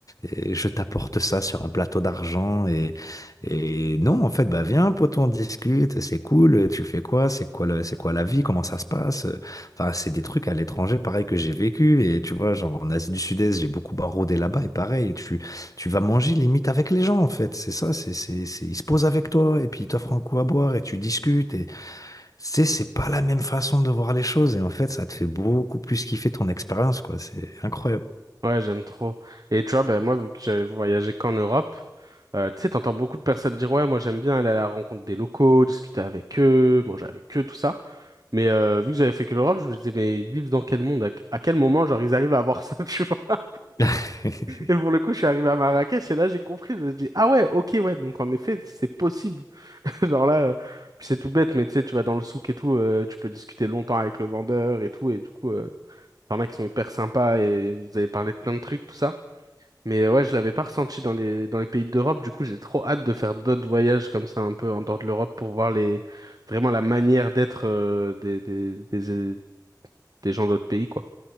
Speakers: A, on the left; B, on the right.
A: et je t'apporte ça sur un plateau d'argent et, et non, en fait, bah viens, pote, on discute, c'est cool, tu fais quoi, c'est quoi le, c'est quoi la vie, comment ça se passe. Enfin, c'est des trucs à l'étranger, pareil, que j'ai vécu. Et tu vois, genre en Asie du Sud-Est, j'ai beaucoup baroudé là-bas. Et pareil, tu, tu vas manger limite avec les gens, en fait. C'est ça, c'est, c'est, c'est- ils se posent avec toi et puis ils t'offrent un coup à boire et tu discutes. Et c'est, c'est pas la même façon de voir les choses. Et en fait, ça te fait beaucoup plus kiffer ton expérience, quoi. C'est incroyable.
B: Ouais, j'aime trop. Et tu vois, ben moi, vu que j'avais voyagé qu'en Europe, euh, tu sais, t'entends beaucoup de personnes dire, ouais, moi j'aime bien aller à la rencontre des locaux, discuter avec eux, manger avec eux, tout ça. Mais euh, vu que j'avais fait que l'Europe, je me disais, mais ils vivent dans quel monde? À, à quel moment, genre, ils arrivent à avoir ça, <laughs> tu vois?
A: <laughs>
B: Et pour le coup, je suis arrivé à Marrakech et là, j'ai compris, je me suis dit, ah ouais, ok, ouais, donc en effet, c'est possible. <laughs> Genre là, euh, puis c'est tout bête, mais tu sais, tu vas dans le souk et tout, euh, tu peux discuter longtemps avec le vendeur et tout, et du coup... euh, T'en as qui sont hyper sympas et vous avez parlé de plein de trucs, tout ça. Mais euh, ouais, je l'avais pas ressenti dans les dans les pays d'Europe. Du coup, j'ai trop hâte de faire d'autres voyages comme ça un peu en dehors de l'Europe pour voir les vraiment la manière d'être euh, des, des des des gens d'autres pays quoi.